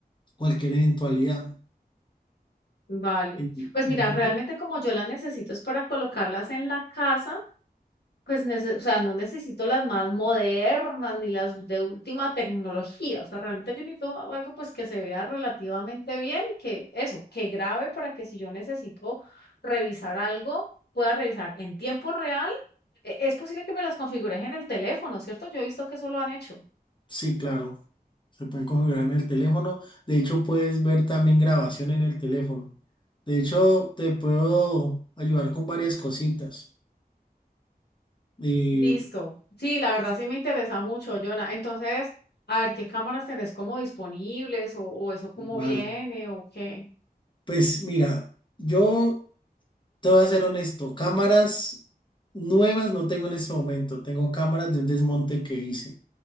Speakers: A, on the left; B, on the left.
A: cualquier eventualidad.
B: Vale,
A: Y-
B: pues
A: ujú,
B: mira, realmente como yo las necesito es para colocarlas en la casa, Pues, nece- o sea, no necesito las más modernas ni las de última tecnología. O sea, realmente yo necesito algo pues que se vea relativamente bien y que eso, que grabe para que si yo necesito revisar algo, pueda revisar en tiempo real. E- Es posible que me las configures en el teléfono, ¿cierto? Yo he visto que eso lo han hecho.
A: Sí, claro. Se pueden configurar en el teléfono. De hecho, puedes ver también grabación en el teléfono. De hecho, te puedo ayudar con varias cositas. Eh,
B: Listo. Sí, la verdad sí me interesa mucho, Jonah. Entonces, a ver qué cámaras tenés como disponibles o, o eso cómo
A: Vale,
B: viene o qué.
A: pues mira, yo te voy a ser honesto, cámaras nuevas no tengo en este momento, tengo cámaras de un desmonte que hice,